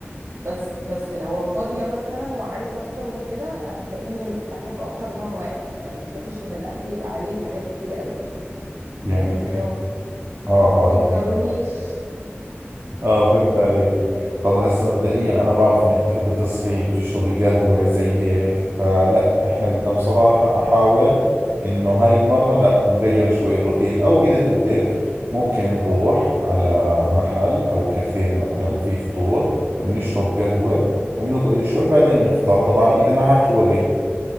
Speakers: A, on the right; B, on the right.
A: بس بس لو فاضيه مثلا وعايزه افطر وكده هتلاقيني بحب افطر نوع واحد يعني ما بحبش ان الاكل يبقى عليه حاجات كتير قوي
B: يعني
A: بحس
B: بتحبي
A: ان هو
B: آه
A: ما
B: آه
A: توترونيش
B: يعني اه فهمت عليكي طب هسه مبدئيا انا بعرف انك تحبي تصحي بتشربي قهوة زي هيك فلا احنا بدنا بصراحة احاول انه هاي المرة لا نغير شوي الروتين او اذا بدك ممكن نروح على محل او كافيه مثلا في فطور بنشرب قهوة وبنقعد شوي بعدين بنفطر طبعا اذا معك وقت